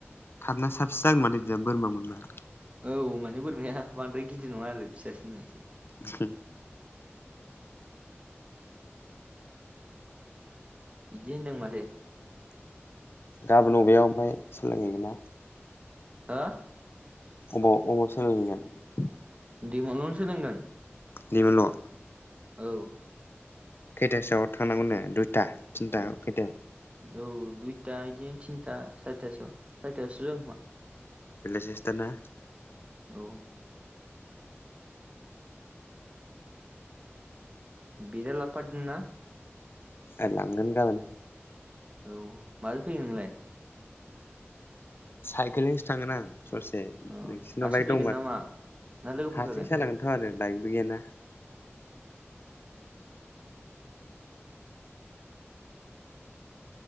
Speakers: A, on the left; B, on the right.
A: थादना साबसिन जागोनथो बोरमा मोनबा
B: औ माने बोरमाया बांद्राय गिदिर नङा आरो फिसासोनो एसे
A: <inaudible>
B: इदि होनदों माथो
A: गाबोन अबेयाव ओमफ्राय सोलोंहैगोन ना
B: हो
A: अबाव अबाव सोलोंहैनो
B: दैमालुनावनो सोलोंगोन
A: दैमालुआव
B: औ
A: खैथासोआव थांनांगौनो दुइथा थिनथा खैथायाव
B: औ दुइता इदिनो थिनता सारिथासो सारितासोआव जागोन खोमा
A: बेलासिसोदा ना
B: औ बेद आ लाबो फादो नोंना
A: आं लांगोन गाबोन
B: औ माजों फैगोन नोंलाय
A: साइकेलजोंसो थांगोन आं ससे
B: अ
A: नोंसिनाव
B: हारसिं
A: बाइक
B: फैगोन
A: दंबा
B: नामा ना लोगो फैफागोन?
A: हारसिंसो जालांगोनथ' आरो बाइकबो गैयाना